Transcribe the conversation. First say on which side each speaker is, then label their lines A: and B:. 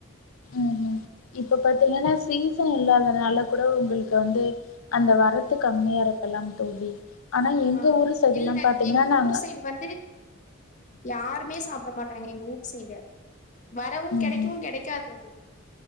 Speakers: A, on the left; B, on the left.
A: ம் ம் இப்ப பாத்தீங்கன்னா சீசன் இல்லாதனால கூட உங்களுக்கு வந்து அந்த வரத்து கம்மியா இருக்கல்லாம் தோவி ஆனா எங்க
B: ஆ
A: ஊரு சைடு
B: இல்ல
A: எல்லாம் பாத்தீங்கன்னா
B: எங்க
A: நாங்க
B: ஊர் சைடு வந்து யாருமே சாப்பிட மாட்டாங்க எங்க ஊட் சைடு வரவும்
A: ம்
B: கெடைக்கவும்
A: ம்
B: கெடைக்காது அது